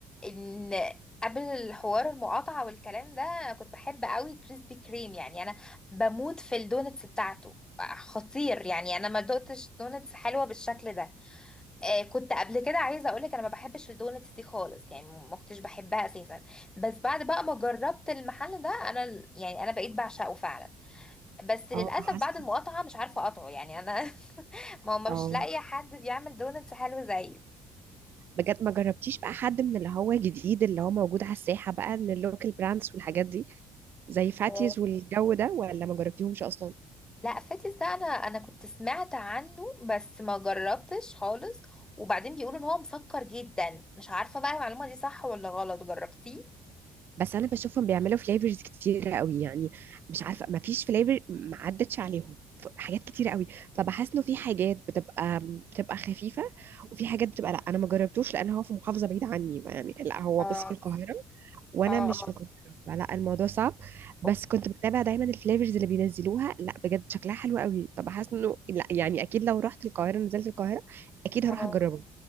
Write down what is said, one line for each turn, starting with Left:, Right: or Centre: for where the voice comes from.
Left: إن قبل الحوار المقاطعة والكلام ده أنا كنت بحب قوي كريسبي كريم يعني أنا بموت في الدونتس بتاعته خطير يعني أنا ما دقتش دونتس حلوة بالشكل ده آه كنت قبل كده عايزة أقولك أنا ما بحبش الدونتس دي خالص يعني ما كنتش بحبها أساسا بس بعد بقى ما جربت المحل ده أنا ال- يعني أنا بقيت بعشقه فعلا بس للأسف
Right: اه بحس
Left: بعد المقاطعة مش عارفة أقطعه يعني أنا <laughs> ما هو مش
Right: اه
Left: لاقية حد بيعمل دونتس حلو زيه
Right: بجد ما جربتيش بقى حد من اللي هو جديد اللي هو موجود على الساحة بقى من اللوكال براندز والحاجات دي زي فاتيز
Left: آه،
Right: والجو ده ولا ما جربتيهمش اصلا
Left: لا فاتس ده انا انا كنت سمعت عنه بس ما جربتش خالص وبعدين بيقولوا ان هو مسكر جدا مش عارفه بقى المعلومه دي صح ولا غلط جربتيه
Right: بس انا بشوفهم بيعملوا فليفرز كتيره قوي يعني مش عارفه ما فيش فليفر ما عدتش عليهم ف- حاجات كتيره قوي فبحس انه في حاجات بتبقى بتبقى خفيفه وفي حاجات بتبقى لا انا ما جربتوش لان هو في محافظه بعيده عني يعني لا هو
Left: اه
Right: بس في القاهره وانا
Left: اه
Right: مش في القاهره فلا الموضوع صعب بس
Left: اه
Right: كنت بتابع دايما الفليفرز اللي بينزلوها لا بجد شكلها حلو قوي فبحس انه لا يعني اكيد لو رحت القاهره نزلت القاهره اكيد هروح
Left: آه،
Right: اجربه